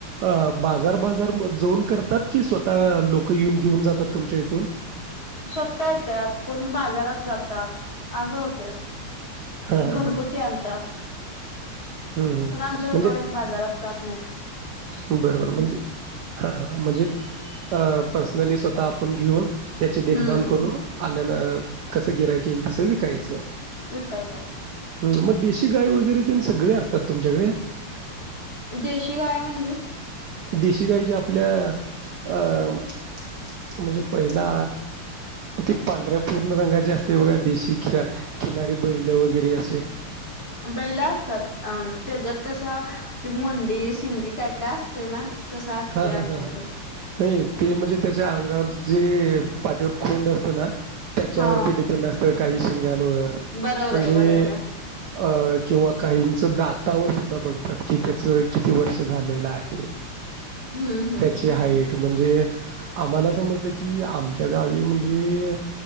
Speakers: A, on the right; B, on the left.
A: अ बाजार बाजार मध्ये जाऊन करतात. कि स्वतः लोक येऊन घेऊन जातात तुमच्या इथून
B: स्वता येतात कोण बाजारात जातात असं होत.
A: हां, हां,
B: घरगुती
A: हां.
B: आणतात.
A: हं, हं.
B: पण आमचे
A: म्हणजे
B: पप्पा कधी बाजारात जात नाही.
A: बरोबर म्हणजे हा म्हणजे पर्सनली स्वतः घेऊन त्याची देखभाल
B: हम्म
A: करून आलेलं कसं गिऱ्हाईक येईल तसं विकायचं
B: विकाय काले
A: हं, मग देशी गाई वगैरे सगळे असतात तुच्याकडे
B: देशी गाय म्हणजे
A: देशी गाईच्या आपल्या अं म्हणजे पहिला ते पांढऱ्या पूर्ण रंगाचे असते बघा देशी खि खिलारी बैल वगैरे असे
B: बैला असतात अ त्याच्यात कसं ती मुंडी शिंगी काय काय असते ना तसं असतं
A: हा हा
B: आमच्याकडे
A: हा नाही ते म्हणजे त्याच्या अंगावर जे पाठीवर खोंड असतं ना त्याच्यावरती
B: हा
A: डिपेंड असतं काही सिंगांवर
B: बरोबर
A: म्हणजे
B: आहे बरोबर आहे
A: अ किंवा काहींच दातावर सुद्धा बघ कि त्याच किती वर्ष झालेलं आहे
B: हम्म हम्म
A: त्याची हाईट म्हणजे आम्हाला समजत की आमच्या गावी म्हणजे